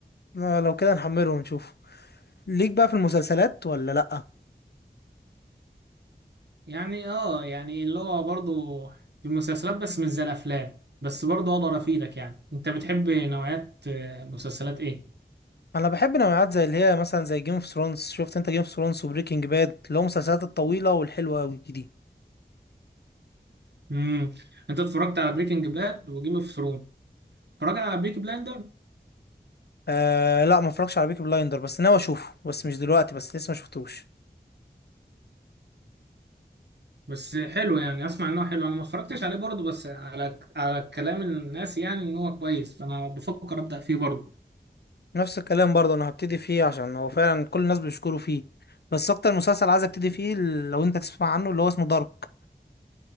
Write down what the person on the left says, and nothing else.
آه لو كده نحمله ونشوفه ليك بقى في المسلسلات ولا لأ
انا بحب نوعات زي اللي هي مثلا زي جيم اوف ثرونز شفت انت جيم اوف ثرونز وبريكنج باد اللي هو المسلسلات الطويلة والحلوة قوي دي
آه لا ما اتفرجش على بيكي بلايندر بس ناوي اشوفه بس مش دلوقتي بس لسه ما شفتوش
نفس الكلام برضه انا هبتدي فيه عشان هو فعلا كل الناس بيشكروا فيه بس اكتر مسلسل عايز ابتدي فيه لو انت تسمع عنه اللي هو اسمه دارك